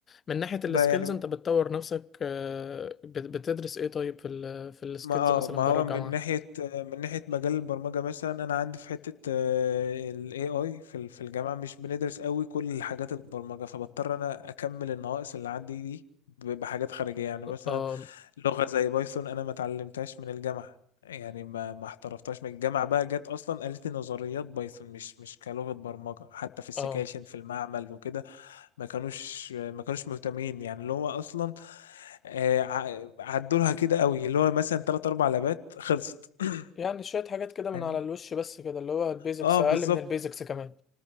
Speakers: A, on the left; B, on the left.
A: من ناحيه السكيلز
B: ب- يعني
A: انت بتطور نفسك آه، بت- بتدرس ايه طيب في ال... في السكيلز
B: ما اه
A: مثلا
B: ما
A: بره
B: هو
A: الجامعه
B: من ناحية من ناحية مجال البرمجة مثلا أنا عندي في حتة آه، ال AI في ال- في الجامعة مش بندرس قوي كل حاجات البرمجة فبضطر أنا أكمل النواقص اللي عندي دي ب- بحاجات خارجية يعني مثلا
A: اه
B: لغة زي بايثون أنا ما اتعلمتهاش من الجامعة يعني ما ما احترفتهاش من الجامعة بقى جت أصلا قالت لي نظريات بايثون مش مش كلغة برمجة حتى في السكاشن
A: اه
B: في المعمل وكده ما كانوش ما كانوش مهتمين يعني اللي هو اصلا آه، ع- عدولها كده قوي اللي هو مثلا تلات اربع لبات خلصت
A: يعني شوية حاجات
B: <clears throat>
A: كده من
B: فاهمني
A: على الوش بس كده اللي هو البيزكس
B: اه
A: أقل
B: بالظبط
A: من البيزكس كمان